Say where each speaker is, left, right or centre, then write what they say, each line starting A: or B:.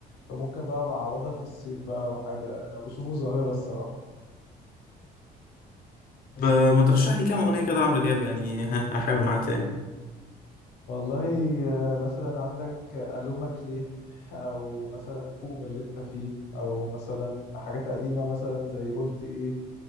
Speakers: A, on the left; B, on the left.
A: فممكن بقى بعوضها في الصيف بقى او حاجة انا بشوفه ظاهرة الصراحة
B: طب ما ترشح لي كام اغنية كده لعمرو دياب يعني <laughs> ها احاول معاه تاني
A: والله آه، مثلا عندك ألومك ليه او مثلا فوق من اللي انت فيه او مثلا حاجات قديمة مثلا زي قلت ايه